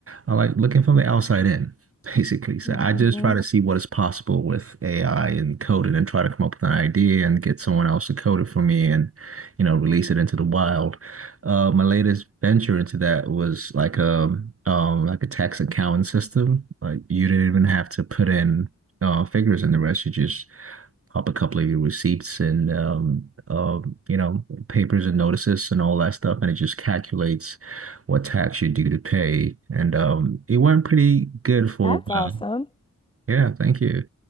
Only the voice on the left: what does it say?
Mm-hmm.
That's
awesome.